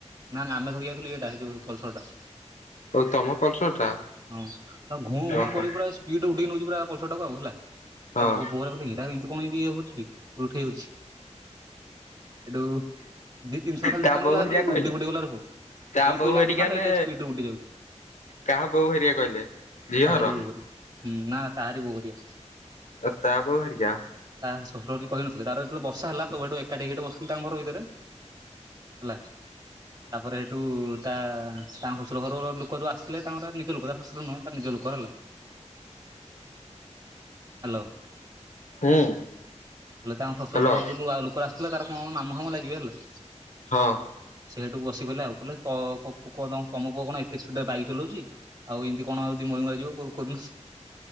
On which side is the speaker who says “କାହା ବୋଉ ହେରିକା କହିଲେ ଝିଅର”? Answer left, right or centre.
Left